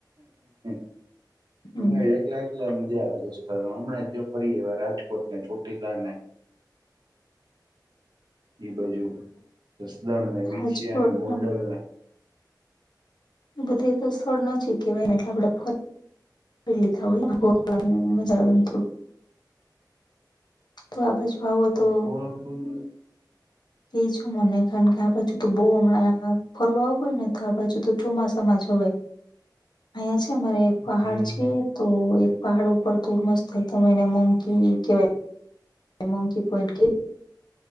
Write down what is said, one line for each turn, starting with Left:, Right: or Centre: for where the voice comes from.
Right: <inaudible>
Left: હમ
Right: એકલા એકલા મજા આવે દોસ્તારો હમણાં જો ફરી એવા રાજકોટ ને ચોટીલા ને એ બાજુ જસદણ મે વિચ
Left: રાજકોટ
Right: અને ગોંડરોને
Left: એ બધું તો સ્થળ ન જ કેહેવાય ને એટલે આપડે ફરી પેલી લીધા હોય <unintelligible> મજા આવે થોડુ તો આ બચવાઓ
Right: આખું
Left: તો
Right: આખું
Left: કે છું મને કારણ કે આ બાજુ તો બહુ હમણાં ફરવા આવું હોય ને તો આ બાજુ તો ચોમાસામાં જ હોય અહીંયા છે અમારે પહાડ
Right: હમ
Left: છે તો એક પહાડ ઉપર તો મસ્ત એકદમ એને મોંઘી કેવાય મીંકી પોઈન્ટ કે